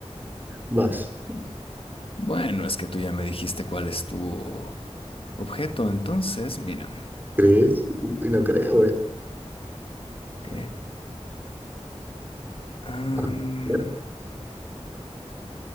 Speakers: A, on the right; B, on the left.
A: Vas.
B: Bueno, es que tú ya me dijiste cuál es tu objeto, entonces, mira,
A: ¿Crees? Uy, no creo, eh.
B: ok. Am,
A: A ver.